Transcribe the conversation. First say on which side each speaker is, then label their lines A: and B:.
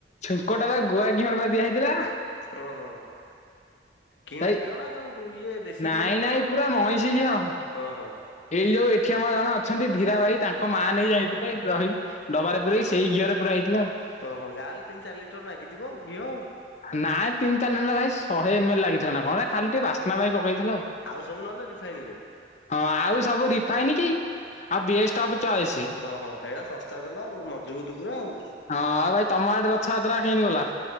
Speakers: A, on the left (about 40°); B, on the left (about 85°).
A: ଛୁଙ୍କଟା ବା ଗୁଆ ଘିଅ ରେ ବା ଦିଆ ହେଇଥିଲା।
B: ଓହୋ କିଣା
A: ଭାଇ
B: ଘିଅ ନା ଯୋଉ ଇଏ ଦେଶୀ
A: ନାଇଁ
B: ଘିଅ
A: ନାଇଁ ପୁରା ମଇଷି ଘିଅ,
B: ଓହୋ।
A: ଏଇ ଯୋଉ ଏଠି ଆମର ଜଣେ ଅଛନ୍ତି ନ୍ତି ଧୀରା ଭାଇ ତାଙ୍କ ମା ନେଇ ଯାଇଥିଲେ, ଗ୍ରହି ଡବାରେ ପୁରେଇ ସେଇ ଘିଅରେ ପୁରା ହେଇଥିଲା ଆଉ।
B: ଓହ ଯାହାଲେ ତିନି ଚାରି ଲିଟର ନାଗିଥିବ ଘିଅ ଆଉ।
A: ନାଇଁ ତିନ ଚାରିିନ କାଇଁ ଶହେ ଏମ ଏଲ ଲାଗିଥିଲା ନା କଣ ଖାଲି ଟିକ ବାସ୍ନା ପାଇଁ ପକେଇ ଲୁ
B: ଆଉ ସବୁ ନହେଲେ ରିଫାଇନରେ
A: ହଁ ଆଉ ସବୁ ରିଫାଇନ୍ କି? ଆଉ ବେଷ୍ଟ ଅଫ ଚଏସ
B: ଓହୋ ହେଇରା ଶସ୍ତା ତେଲ ଆଉ ମଜବୁତ ପୁରା ଆଉ।
A: ହଁ ଆଉ ଭାଇ ତମ ଆଡେ ରଥଯାତ୍ରା କେମତି ଗଲା?